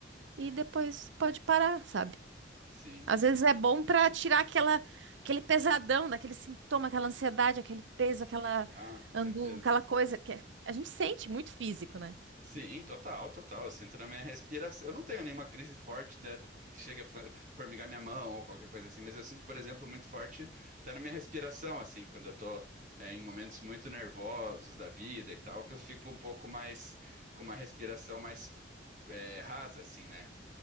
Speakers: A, on the right; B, on the right.
A: e depois pode parar, sabe?
B: sim.
A: Às vezes é bom pra tirar aquela, aquele pesadão, daquele sintoma, aquela ansiedade, aquele peso, aquela
B: Ah, com
A: angústia,
B: certeza.
A: aquela coisa que a gente sente muito físico, né?
B: Sim, total, total. Eu sinto na minha respiração. Eu não tenho nenhuma crise forte, né, do- que chega a fa- formigar minha mão ou qualquer coisa assim, mas eu sinto, por exemplo, muito forte até na minha respiração, assim, quando eu tô, é, em momentos muito nervosos da vida e tal, que eu fico um pouco mais, com uma respiração mais, é, rasa, assim, né?